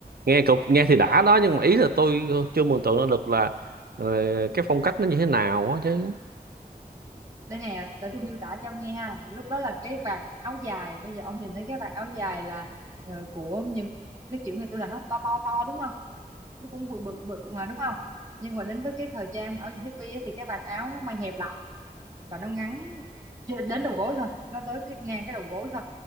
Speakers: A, on the right; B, on the right.
A: nghe cục nghe thì đã đó nhưng mà ý là tôi chưa mường tượng ra được là ờ, cái phong cách nó như thế nào á chứ
B: đây nè để tôi miêu tả cho ông nghe ha lúc đó là cái vạt áo dài bây giờ ông nhìn thấy cái vạt áo dài là ờ, của những cái kiểu ngày xưa là nó to to to đúng không nó cũng bự bự bự mà đúng không nhưng mà đến với cái thời trang áo dài hippie á, thì cái vạt áo nó may hẹp lại và nó ngắn trên- đến đầu gối thôi nó tới cái ngang cái đầu gối thôi